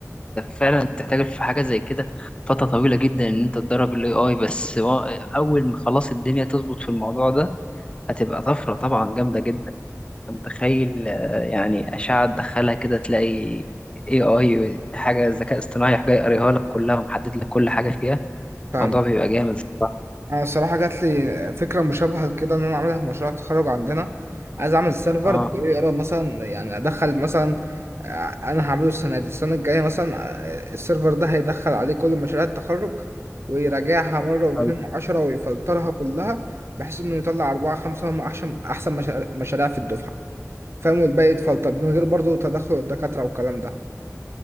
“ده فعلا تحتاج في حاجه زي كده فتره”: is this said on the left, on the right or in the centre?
Left